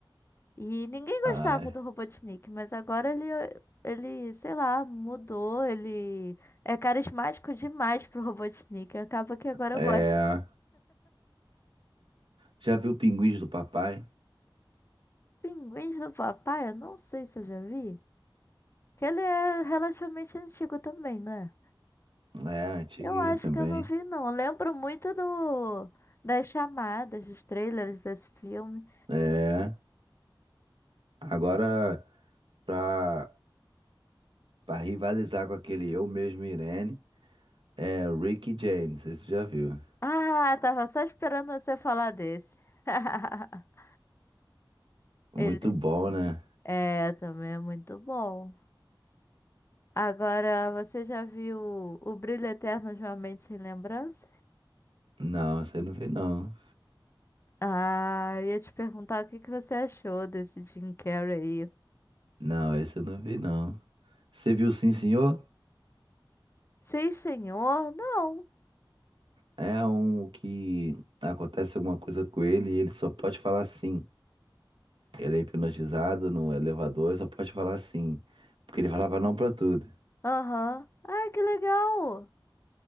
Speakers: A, on the left; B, on the right.
A: E ninguém
B: Ai.
A: gostava do Robotnik, mas agora ele, ele, sei lá, mudou, ele é carismático demais pro Robotnik. Acaba que agora
B: É.
A: eu gosto.
B: Já viu Pinguins do Papai?
A: Pinguins do Papai, eu não sei se eu já vi. Que ele é relativamente antigo também, né?
B: É, antiguinho
A: Eu acho
B: também.
A: que eu não vi, não. Eu lembro muito do das chamadas, dos trailers desse filme.
B: É. Agora, pra. Pra rivalizar com aquele Eu Mesmo Irene, é Rick James, se você já viu.
A: Ah, tava só esperando você falar desse. <laughs>
B: Muito
A: Ele
B: bom, né?
A: é também é muito bom. Agora, você já viu O Brilho Eterno de uma Mente Sem Lembrança?
B: Não, você não viu não.
A: Ah, eu ia te perguntar o que que você achou desse Jim Carrey aí.
B: Não, esse eu não vi não. Você viu Sim Senhor?
A: Sim, senhor? Não.
B: É um que acontece alguma coisa com ele e ele só pode falar sim. Ele é hipnotizado no elevador e só pode falar sim. Porque ele falava não pra tudo.
A: Aham. Ai, que legal.